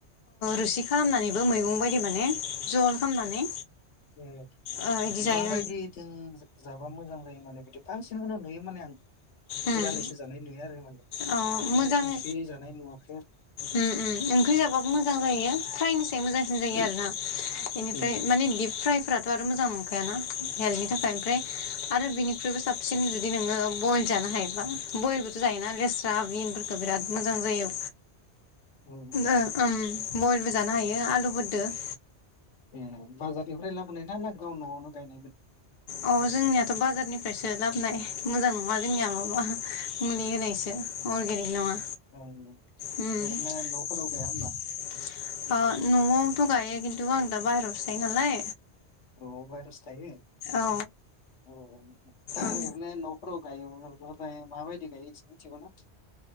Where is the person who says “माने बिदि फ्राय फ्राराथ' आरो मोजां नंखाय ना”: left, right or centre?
Left